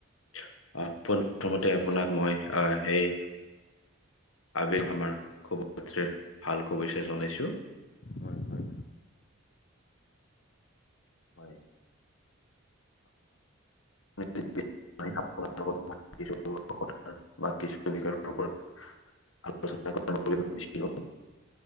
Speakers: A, on the left; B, on the left.
A: <unintelligible> প্ৰথমতে
B: অঁ ঠিক
A: আপোনাক
B: আছে
A: মই আহ সেই আবি আমাৰ <unintelligible> ভাল শুভেচ্ছা জনাইছো।
B: হয় হয়
A: হয়। <unintelligible> <unintelligible> আলোচনা <unintelligible>